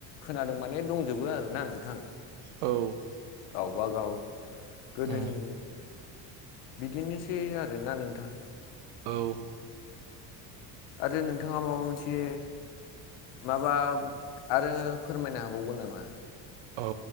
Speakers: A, on the left; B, on the right.
A: खोनादों माने दंजोबो आरो ना नोंथां।
B: औ
A: गावबागाव गोदोनि
B: उम
A: बिदिनोसै आरोना नोंथां।
B: औ
A: आरो नोंथाङा माबा मोनसे माबा आरो फोरमायनो हाबावगोन नामा?
B: औ